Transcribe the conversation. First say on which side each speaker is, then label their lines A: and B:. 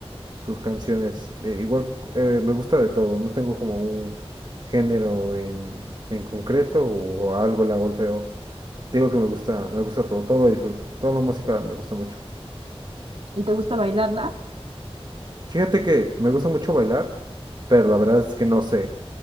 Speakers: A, on the right; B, on the right.
A: sus canciones. Eh, igual eh, me gusta de todo, no tengo como un género en, en concreto o algo la golfeo. Te Digo que me gusta, me gusta todo, todo lo disfruto. Toda la música me gusta mucho.
B: ¿Y te gusta bailarla?
A: Fíjate que me gusta mucho bailar, pero la verdad es que no sé.